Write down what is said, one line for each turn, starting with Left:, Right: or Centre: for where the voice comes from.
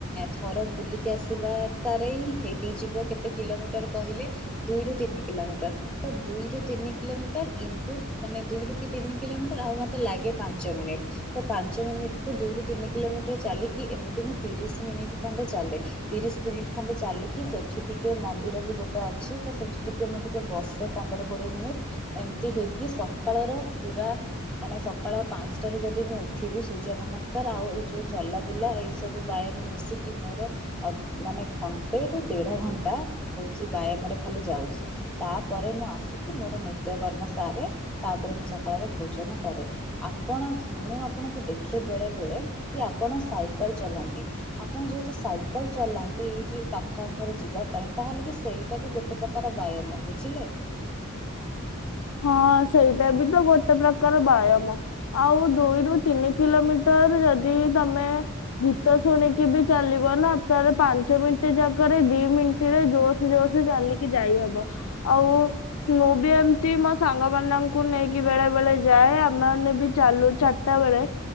Centre: ଥର ବୁଲିକି ଆସିବାଟାରେ ହିଁ ହେଇଯିବ କେତେ କିଲୋମିଟର କହିଲେ ଦୁଇରୁ ତିନି କିଲୋମିଟର। ତ ଦୁଇରୁ ତିନି କିଲୋମିଟର ଇଣ୍ଟୁ ମାନେ ଦୁଇରୁ କି ତିନି କିଲୋମିଟର ଆଉ ମତେ ଲାଗେ ପାଞ୍ଚ ମିନିଟ୍। ତ ପାଞ୍ଚ ମିନିଟ କୁ ଦୁଇରୁୁ ତିନି କିଲୋମିଟର ଚାଲିକି ଏମିତି ମୁଁ ତିରିଶ ମିନିଟ୍ ଖଣ୍ଡେ ଚାଲେ। ତିରିଶ ସ୍ପିରିଟ୍ ଖଣ୍ଡେ ଚାଲିକି ସେଇଠି ଟିକିେ ମନ୍ଦିର ବି ଗୋଟେ ଅଛି ତ ସେଠି ଟିକିଏ ମୁଁ ଟିକେ ବସେ। ପନ୍ଦର କୋଡ଼ିଏ ମିନିଟ୍ ଏମିତି ହେଇକି ସକାଳର ପୁରା ମାନେ ସକାଳ ପାଞ୍ଚଟାରୁ ଯଦି ମୁଁ ଉଠିବି ସୂର୍ଯ୍ୟ ନମସ୍କାର ଆଉ ଏଇ ଯୋଉ ଚଲାବୁଲା ଏଇ ସବୁ ବୟାମ ମିଶିକି ମୋର ଅ ମାନେ ଘଣ୍ଟେ ରୁ ଦେଢ ଘଣ୍ଟା ହଉଛି ବ୍ୟାୟାମରେ ଖାଲି ଯାଉଛି। ତାପରେ ମୁଁ ଆସିକି ମୋର ନିତ୍ୟକର୍ମ ସାରେ ତାପରେ ମୁଁ ସକାଳର ଭୋଜନ କରେ। ଆପଣ ମୁଁ ଆପଣଙ୍କୁ ଦେଖେ ବେଳେ ବେଳେ କି ଆପଣ ସାଇକେଲ ଚଲାନ୍ତି। ଆପଣ ଯେହେତୁ ସାଇକେଲ ଚଲାନ୍ତି ଏଇ ଯେ ପାଖ ଆଖରେ ଯିବା ପାଇଁ ତାହେଲେ ବି ସେଇଟା ବି ଗୋଟେ ପ୍ରକାର ବ୍ୟାୟାମ ବୁଝିଲେ।
Left: ହଁ ସେଇଟା ବି ତ ଗୋଟେ ପ୍ରକାର ବ୍ୟାୟାମ। ଆଉ ଦୁଇରୁୁ ତିନି କିଲୋମିଟର ଯଦି ତମେ ଗୀତ ଶୁଣିକି ବି ଚାଲିବ ନା ତାଲେ ପାଞ୍ଚ ମିନିଟ ଜାଗରେ ଦି ମିନି ଟ ରେ ଜୋର ସେ ଜୋର ସେ ଚାଲିକି ଯାଇହବ ଆଉ ମୁଁ ବି ଏମ ତି ମୋ ସାଙ୍ଗ ମାନଙ୍କୁ ନେଇକି ବେଳେ ବେଳେ ଯାଏ ଆମେ ମାନେ ବି ଚାଲୁ ଚାରିଟା ବେଳେ